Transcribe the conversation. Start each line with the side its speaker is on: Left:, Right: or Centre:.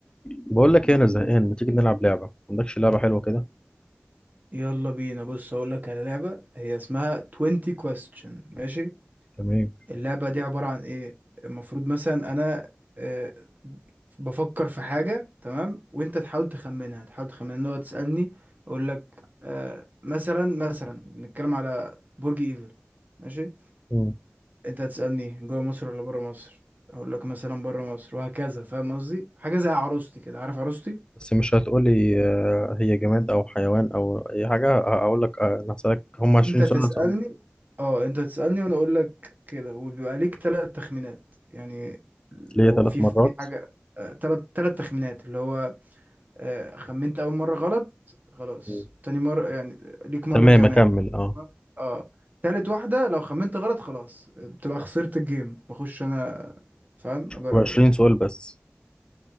Left: بقول لك ايه انا زهقان ما تيجي نلعب لعبه ما عندكش لعبه حلوه كده
Right: يلا بينا بص هقول لك على لعبة هي اسمها 20 question ماشي
Left: تمام
Right: اللعبة دي عبارة عن ايه المفروض مثلا انا آه، بفكر في حاجة تمام وانت تحاول تخمنها تحاول تخمنها نقعد تسألني اقول لك آه، مثلا مثلا بنتكلم على برج ايفل ماشي
Left: مم.
Right: انت هتسألني جوه مصر ولا بره مصر اقول لك مثلا بره مصر وهكذا فاهم قصدي حاجة زي عروستي كده عارف عروستي
Left: بس مش هتقولي آه، هي جماد او حيوان او اي حاجه هقول لك آه، انا هسالك هم 20
Right: انت تسألني
Left: سؤال أنا هسألهم
Right: اه انت تسألني وانا اقول لك كده وبيبقى ليك ثلاث تخمينات يعني لو
Left: ليا ثلاث
Right: في
Left: مرات
Right: في حاجة ثلاث ثلاث تخمينات اللي هو آه، خمنت اول مرة غلط خلاص
Left: مم.
Right: تاني مرة يعني ليك مرة
Left: تمام
Right: كمان
Left: اكمل اه
Right: تاني مرة- اه تالت واحدة لو خمنت غلط خلاص بتبقى خسرت الجيم بخش انا فاهم اجرب
Left: و20 سؤال بس